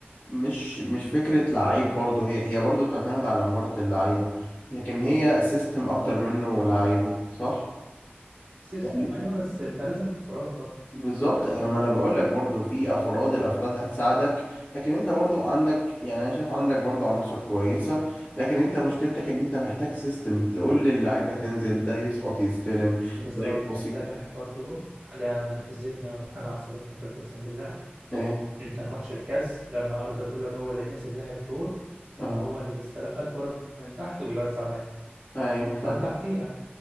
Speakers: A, on the left (about 35°); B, on the right (about 45°).
A: مش مش فكرة لعيب برضه هي هي برضه بتعتمد على مهارة اللعيبة لكن هي سيستم اكتر منه لعيبة صح؟
B: سيستم
A: يعني
B: ايوه بس انت لازم افراد برضو
A: بالظبط
B: يعني
A: أنا- ما انا بقول لك برضو في افراد الافراد هتساعدك لكن انت برضو عندك يعني انا شايف عندك برضو عناصر كويسه لكن انت مشكلتك
B: مم.
A: ان انت محتاج سيستم تقول للعيبه تنزل ده يسقط يستلم
B: بالظبط
A: ده يباصي
B: امبارح برضو حاجه نرفزتني وحاجه عصبتني بجد اقسم بالله
A: ايه
B: انت ماتش الكاس لما اردا جولر هو اللي نزل لعب دور
A: اه
B: ان هو اللي بيستلقى الكرة من تحت ويوزع لعب
A: ايوه فعلا
B: بدع فيها